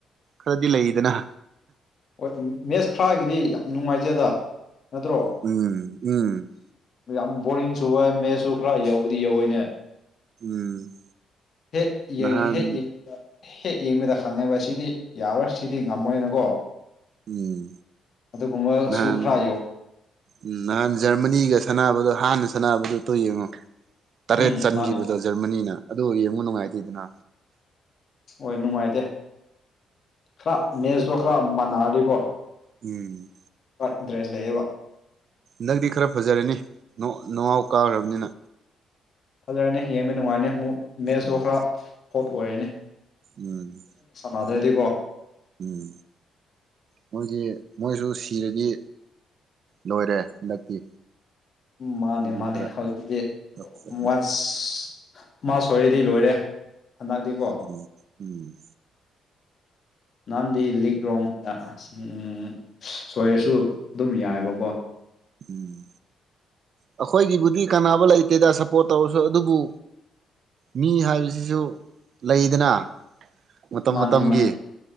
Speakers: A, on the right (about 60°); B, on the left (about 55°).
A: ꯈꯔꯗꯤ ꯂꯩꯗꯅ
B: ꯍꯣꯏ ꯃꯦꯠꯁ ꯈ꯭ꯔꯒꯤꯗꯤ ꯌꯥꯝ ꯅꯨꯡꯉꯥꯏꯖꯦꯗ ꯅꯠꯇ꯭ꯔꯣ
A: ꯎꯝ ꯎꯝ
B: ꯌꯥꯝ ꯕꯣꯔꯤꯡ ꯆꯨꯕ ꯃꯦꯠꯁꯁꯨ ꯈꯔ ꯌꯧꯕꯗꯤ ꯌꯧꯋꯤꯅꯦ
A: ꯎꯝ
B: ꯍꯦꯠ ꯌꯦꯡ
A: ꯅꯍꯥꯟ
B: ꯍꯦ ꯌꯦ ꯍꯦꯛ ꯌꯦꯡꯕꯗ ꯈꯪꯉꯦꯕ ꯁꯤꯗꯤ ꯌꯥꯔꯣꯏ ꯁꯤꯗꯤ ꯉꯝꯃꯣꯏꯅꯀꯣ
A: ꯎꯝ
B: ꯑꯗꯨꯒꯨꯝꯕꯁꯨ
A: ꯅꯍꯥꯟ
B: ꯈꯔ ꯌꯧ
A: ꯎꯝ ꯅꯍꯥꯟ ꯖꯔꯃꯅꯤ ꯁꯤꯒ ꯁꯥꯟꯅꯕꯗꯣ ꯍꯥꯟꯅ ꯁꯅꯥꯅꯕꯗꯨꯇꯣ ꯌꯦꯡꯉꯣ ꯇꯔꯦꯠ
B: ꯎꯝ
A: ꯆꯟꯈꯤꯕꯗꯣ
B: ꯃꯥꯅꯦ
A: ꯖꯔꯃꯅꯤ ꯑꯗꯨ ꯌꯦꯡꯉꯨ ꯅꯨꯡꯉꯥꯏꯇꯦꯗꯅ
B: ꯍꯣꯏ ꯅꯨꯡꯉꯥꯏꯇꯦ ꯈ꯭ꯔ ꯃꯦꯁꯇꯣ ꯈꯔ ꯃꯥꯟꯅꯔꯗꯤꯀꯣ
A: ꯎꯝ
B: ꯏꯟꯇ꯭ꯔꯦꯁ ꯂꯩꯌꯦꯕ
A: ꯅꯪꯗꯤ ꯈꯔ ꯐꯖꯔꯅꯤ ꯅꯣ ꯅꯣꯑꯥꯎ ꯀꯥꯈ꯭ꯔꯕꯅꯤꯅ
B: ꯐꯖꯔꯅꯤ ꯌꯦꯡꯕ ꯅꯨꯡꯉꯥꯏꯅꯤ ꯑꯃꯨꯛ ꯃꯦꯠꯁꯇꯣ
A: ꯎꯝ
B: ꯈꯔ ꯍꯣꯠ ꯑꯣꯏꯔꯅꯤ
A: ꯎꯝ
B: ꯃꯥꯗ꯭ꯔꯗꯤꯀꯣ
A: ꯎꯝ ꯃꯣꯏꯒꯤ ꯃꯣꯏꯁꯨ ꯁꯤꯔꯗꯤ ꯂꯣꯏꯔꯦ ꯍꯟꯗꯛꯇꯤ
B: ꯃꯥꯅꯦ
A: ꯑꯗꯨꯒꯤ
B: ꯃꯥꯅꯦ
A: ꯈꯔ
B: ꯍꯧꯖꯤꯛꯇꯤ
A: ꯈꯔ ꯐꯖꯔꯅꯤ
B: ꯋꯥꯁ ꯃꯥ ꯁꯣꯏꯔꯤꯗꯤ ꯂꯣꯏꯔꯦ ꯍꯟꯗꯛꯇꯤꯀꯣ
A: ꯎꯝ ꯎꯝ
B: ꯅꯍꯥꯟꯗꯤ ꯂꯤꯛ ꯔꯣꯡ ꯎ ꯎ ꯁꯣꯏꯔꯁꯨ ꯑꯗꯨꯝ ꯌꯥꯏꯌꯦꯕꯀꯣ
A: ꯎꯝ ꯑꯩꯈꯣꯏꯒꯤꯕꯨꯗꯤ ꯀꯥꯟꯅꯕ ꯂꯩꯇꯦꯗ ꯁꯞꯄꯣꯔꯠ ꯇꯧꯔꯁꯨ ꯑꯗꯨꯕꯨ ꯃꯤ ꯍꯥꯏꯕꯁꯤꯁꯨ ꯂꯩꯗꯅ ꯃꯇꯝ
B: ꯃꯥꯅꯤ
A: ꯃꯇꯝꯒꯤ
B: ꯃꯥꯅꯤ